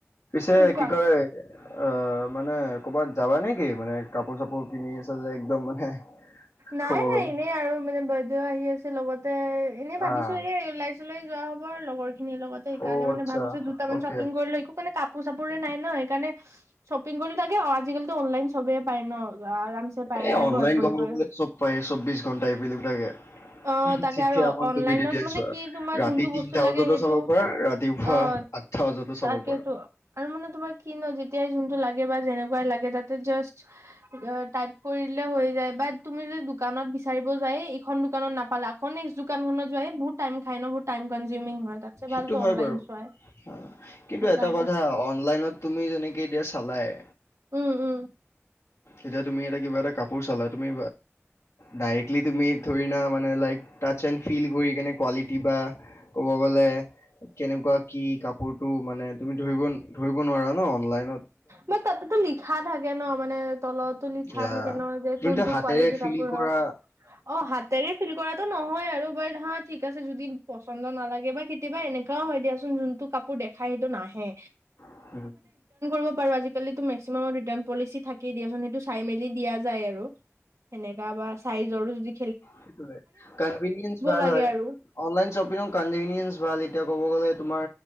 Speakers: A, on the left; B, on the right.
A: পিছে
B: উম কোৱা
A: কি কয় আহ মানে ক'বাত যাবা নেকি মানে কাপোৰ চাপোৰ কিনি আছ যে একদম মানে
B: নাই
A: ক'ব
B: নাই
A: গ'লে
B: এনেই আৰু মানে বাইদেউ আহি আছে লগতে এনেই ভাবিছো
A: আহ
B: এ ওলাইছিলো এই যোৱা হ'ব আৰু লগৰ খিনিৰ লগতে সেইকাৰণে
A: অ
B: মানে
A: আচ্ছা
B: ভাবিছো দুটামান
A: অকে
B: শ্বপিং কৰি লৈ একো মানে কাপোৰ চাপোৰে নাই। ন সেইকাৰণে শ্বপিং কৰি লাগে আজিকালি অনলাইন চবেইে পায় ন। আৰাম পাই
A: এ
B: যায়
A: অনলাইন
B: ঘৰত বহি
A: ক'ব
B: বহি।
A: চব পায় চৌ্ববিশ ঘণ্টা এইবিলিলাকে।
B: অ তাকে
A: যেতিয়া
B: আৰু
A: মন
B: অনলাইনত
A: তুমি তেতিয়াই
B: মানে
A: চোৱা
B: কি তোমাৰ
A: ৰাতি
B: যোনটো
A: তিনটা
B: বস্তু
A: বজাতো
B: লাগে সেইটো
A: চাব পাৰা ৰাতিপুৱা
B: অ
A: আঠটা বজাতো চাব
B: তাকেতো
A: পাৰা
B: আৰু মানে তোমাৰ কি ন যেতিয়াই জোনটো লাগে বা যেনে লাগে তাতে জাষ্ট টাইপ কৰি দিলে হৈ যায় বাত তুমি যদি দোকানত বিচাৰিব যোৱা এইখন দোকানত নাপালে আক নে্ দোকানত যোৱাই বহুত টাইম খাই ন বহুত টাইম কনজিউমিং হয়। তাতছে
A: সেইটো
B: ভালতো
A: হয়
B: অনলাইন
A: বাৰু
B: চোৱাই
A: কিন্তু
B: সেইকাৰণে
A: এটা কথা অনলাইনত তুমি যেনেকে এতিয়া। চালায়।
B: উম উম।
A: এতিয়া তুমি এটা কিবা এটা কাপোৰ চলা তুমি ডাইৰেক্টলি তুমি ধৰি না মানে লাইক টাচ এণ্ড ফিল কৰি কেনে কোৱালিটি বা ক'ব গ'লে কেনেকুৱা কি কাপোৰতটো মানে তুমি ধৰিব ধৰিব নোৱাৰা ন অনলাইন।
B: মান তাতেতো লিখা থাকে ন মানে তলত লিখা
A: ইয়া
B: থাকে ন যে
A: যোনটো
B: কোনটো
A: হাতেৰে
B: কোৱালিটিৰ
A: ফিল
B: কাপোৰ
A: কৰা
B: হয়। অ হাতেৰে ফিল কৰাটো নহয় আৰু বাৰ হা ঠিক আছে যদি পচন্দ নালাগে বা কেতিয়াবা। হয় দিয়া চোন যোনটো কাপোৰ দেখাই সেইটো নাহে।
A: হা
B: বাৰু আজিকালি ত মেক্সিমামৰ তহ ৰিটাৰ্ণ পলিচি থাকে দিয়া চোন সেইটো চাই মেলি দিয়া যায় আৰু। সেনেকা বা চাইজৰো যি
A: সেইটো কনভিনিয়েস ভাল
B: লাগে
A: হয়।
B: আৰু
A: অনলাইন শ্বপিঙৰ কনভিনিয়েন্ঞ্চ ভাল এতিয়া ক'ব গলে তোমাৰ